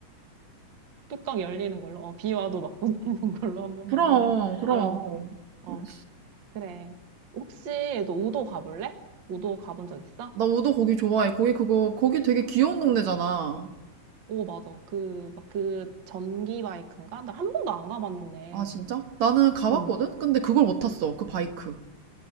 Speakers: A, on the right; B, on the right.
A: 뚜껑 열리는 걸로. 어, 비 와도 막고 내는 <laughs> 걸로 한번
B: 그럼,
A: 내가
B: 그럼.
A: 알아볼게. 어.
B: 음.
A: 그래. 혹시 너 우도 가볼래? 우도 가본 적 있어?
B: 나 우도 거기 좋아해. 거기 그거, 거기 되게 귀여운 동네잖아.
A: 오, 맞아. 그, 막 그 전기 바이크인가? 나 한 번도 안 가봤는데.
B: 아, 진짜? 나는 가봤거든?
A: 응.
B: 근데 그걸 못 탔어. 그 바이크.